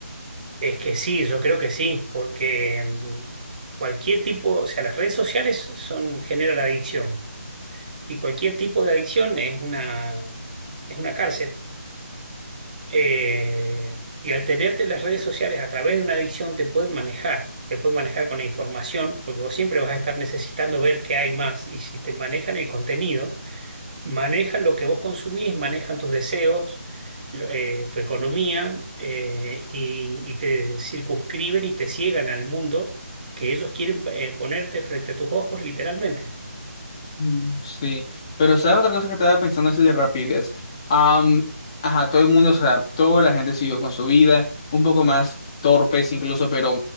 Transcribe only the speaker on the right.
Es que sí, yo creo que sí, porque mm, cualquier tipo, o sea, las redes sociales son, generan adicción y cualquier tipo de adicción es una, es una cárcel. Eh, y al tenerte las redes sociales a través de una adicción te pueden manejar, te pueden manejar con la información, porque vos siempre vas a estar necesitando ver qué hay más y si te manejan el contenido manejan lo que vos consumís, manejan tus deseos, lo- eh, tu economía eh, y, y te circunscriben y te ciegan al mundo que ellos quieren eh, ponerte frente a tus ojos literalmente.